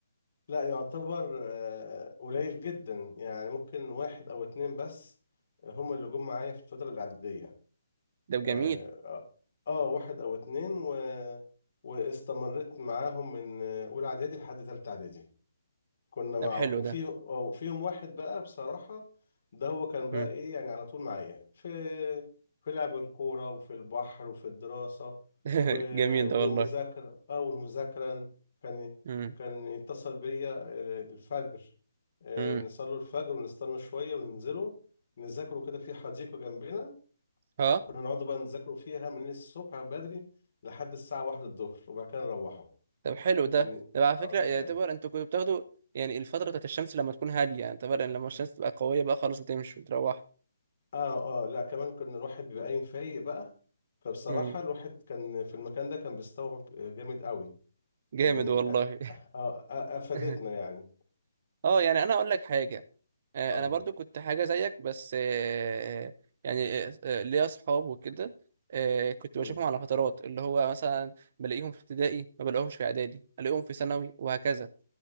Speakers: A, on the left (about 45°); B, on the right (about 35°).
A: لا يعتبر آه، قليل جدا يعني ممكن واحد أو اتنين بس هم اللي جم معايا في الفترة الإعدادية
B: ده جميل
A: آه آه آه، واحد أو اتنين و... واستمريت معاهم من آه، أولى إعدادي لحد تالتة إعدادي كنا مع
B: ده حلو
A: وفي
B: ده
A: وفيهم واحد بقى بصراحة ده هو كان بقى
B: مم.
A: ايه يعني على طول معايا في في لعب الكورة وفي البحر وفي الدراسة
B: <laughs>
A: و...
B: جميل ده
A: والمذاكرة
B: والله
A: اه والمذاكرة كان
B: مم.
A: كان يتصل بيا آه، الفجر آه،
B: مم.
A: نصلي الفجر ونستنى شوية وننزله نذاكروا كده في حديقة جنبنا
B: اه
A: كنا نقعد بقى نذاكروا فيها من الصبح بدري لحد الساعة واحدة الظهر وبعد كده نروحوا
B: طب حلو ده
A: كان
B: طب على
A: اه
B: فكرة
A: كانت
B: يعتبر انتوا كنتوا بتاخدوا يعني الفترة بتاعت الشمس لما تكون هادية يعني طبعا لما الشمس تبقى قوية بقى خلاص وتمشي وتروح
A: اه اه لا كمان كان الواحد بيبقى قايم فايق بقى فبصراحة
B: مم.
A: الواحد كان في المكان ده كان بيستوعب جامد قوي
B: جامد
A: يعني
B: والله
A: اه آه، آه، افادتنا
B: <laughs>
A: يعني
B: اه يعني انا اقول لك حاجه آه،
A: اتفضل
B: انا برضو كنت حاجه زيك بس آه، يعني آه، آه، ليا اصحاب وكده آه، كنت بشوفهم
A: مم.
B: على فترات اللي هو مثلا بلاقيهم في ابتدائي ما بلاقيهمش في اعدادي الاقيهم في ثانوي وهكذا